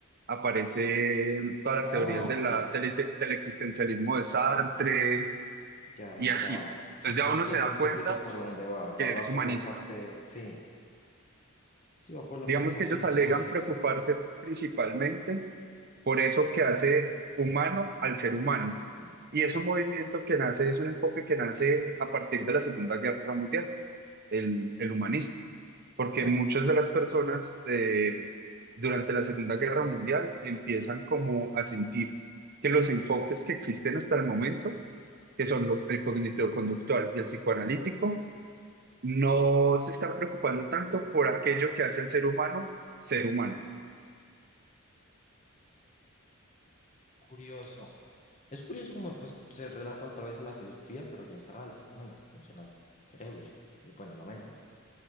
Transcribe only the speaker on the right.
aparecen todas las
teorías
de la, del, ex- del existencialismo de Sartre
y así.
Entonces
ya
uno se da
cuenta
que
es humanista.
Digamos
que ellos
alegan preocuparse principalmente por eso que hace humano al ser humano.
Y es un movimiento que nace, es un enfoque que nace a partir de la Segunda Guerra Mundial. el, el humanista, porque
muchas de las personas eh, durante la Segunda Guerra Mundial empiezan como a sentir que los enfoques que existen hasta el momento, que son lo- el cognitivo-conductual y el psicoanalítico, no se están preocupando tanto por aquello que hace el ser humano ser humano.